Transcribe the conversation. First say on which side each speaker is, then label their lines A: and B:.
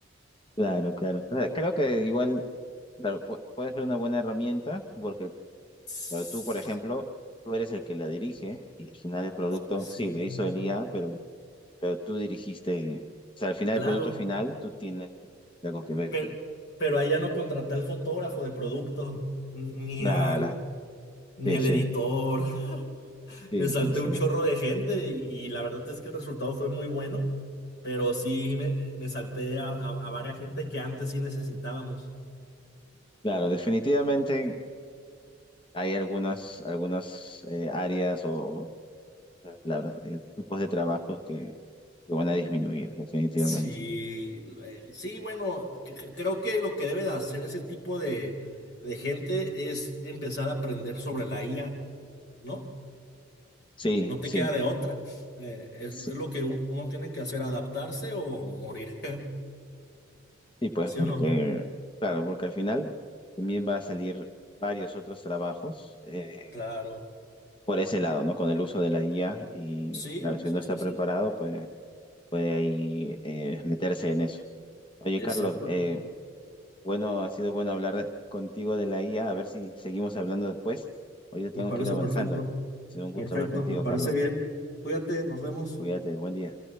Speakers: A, on the left; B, on the left.
A: claro. claro. O sea, creo que igual, claro, pu- puede ser una buena herramienta, porque
B: <laughs>
A: Pero tú, por ejemplo, tú eres el que la dirige y al final el producto,
B: Pues sí,
A: sí, lo hizo el IA, pero, pero tú dirigiste, o sea, al final
B: claro,
A: el producto final, tú tienes algo que ver
B: pero,
A: ahí.
B: pero ahí ya no contraté al fotógrafo de producto, ni
A: Claro,
B: al, ni
A: sí,
B: al
A: sí,
B: editor. <laughs>
A: sí,
B: Me salté
A: sí, sí.
B: un chorro de gente y, y la verdad es que el resultado fue muy bueno, pero sí me, me salté a, a a varias gente que antes sí necesitábamos.
A: Claro, definitivamente hay algunas, algunas eh, áreas o palabras, eh, tipos de trabajos que, que van a disminuir, definitivamente.
B: Sí, eh, sí, bueno, cre- cre- creo que lo que debe de hacer ese tipo de, de gente es empezar a aprender sobre la IA, ¿no?
A: Sí,
B: No te
A: sí,
B: queda de otra. Eh, es,
A: sí,
B: es lo que un- uno tiene que hacer, adaptarse o morir, <laughs>
A: sí, pues
B: ¿sí
A: porque,
B: o no?
A: claro, porque al final también va a salir varios otros trabajos. eh,
B: Claro.
A: por ese lado, ¿no? Con el uso de la IA y
B: Sí,
A: claro, si
B: sí,
A: uno está
B: sí,
A: preparado,
B: sí.
A: pues puede ahí eh, meterse en eso. Oye,
B: Exactamente.
A: Carlos, eh, bueno, ha sido bueno hablar contigo de la IA, a a ver si seguimos hablando después. Ahorita tengo
B: Me parece
A: que ir avanzando.
B: perfecto.
A: Ha sido un gusto
B: Perfecto,
A: hablar contigo,
B: me parece
A: Carlos.
B: bien. Cuídate, nos vemos.
A: Cuídate, buen día.